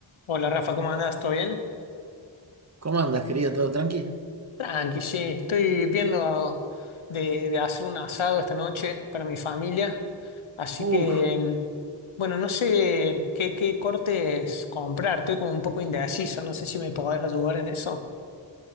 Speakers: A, on the left; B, on the right.
A: Hola Rafa, ¿cómo andás? ¿Todo bien?
B: ¿Cómo andas, querido? ¿Todo tranqui?
A: Tranqui, sí. Estoy viendo de, de hacer un asado esta noche para mi familia. Así
B: Uf,
A: que, mm, bueno, no sé qué, qué cortes comprar. Estoy como un poco indeciso. No sé si me podés ayudar en eso.